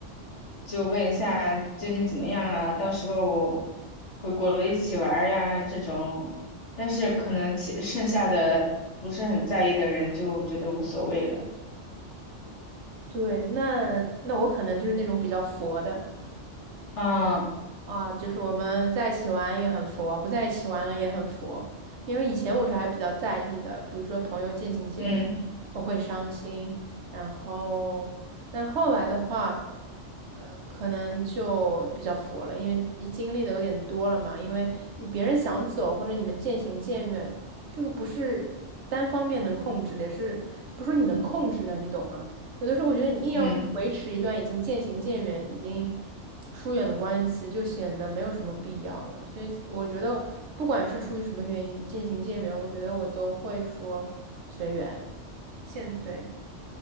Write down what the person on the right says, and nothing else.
对，那那我可能就是那种比较佛的
啊，就是我们在一起玩也很佛，不在一起玩了也很佛。因为以前我是还比较在意的，比如说朋友渐行渐远，
我会伤心。然后，但后来的话，呃，可能就比较佛了，因为你经历的有点多了嘛。因为你别人想走，或者你们渐行渐远，这个不是单方面能控制的，也是不是说你能控制的，你懂吗？有的时候我觉得你硬要维持一段已经渐行渐远、
已经疏远的关系，就显得没有什么必要了。所以我觉得，不管是出于什么原因渐行渐远，我觉得我都会说随缘。现对